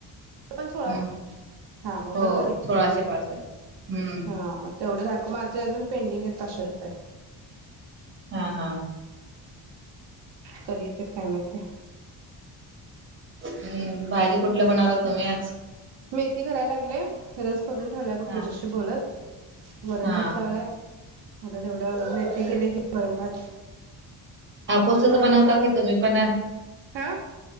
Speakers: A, on the right; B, on the right.
A: पण सोळाशे
B: हम्म
A: हा मग
B: हो
A: बरोबर आहे के
B: सोळाशे पासष्ट हम्म
A: हा मग तेवढे दाख माझे अजून पेंडिंग आहेत पाचशे रुपये
B: हा हा
A: कधी येतात काय माहिती
B: हम् भाजी कुठलं बनवला तुम्ही आज
A: मेथी करायला लागलेले करुन ठेवल्या बघ
B: हा
A: तुझ्याशी बोलत वरण
B: हा
A: भात लावलाय आता तेवढं मेथी केली की वरण भात
B: हापूस
A: वरण
B: बनवता
A: तेवढं
B: की तुम्ही पण
A: हा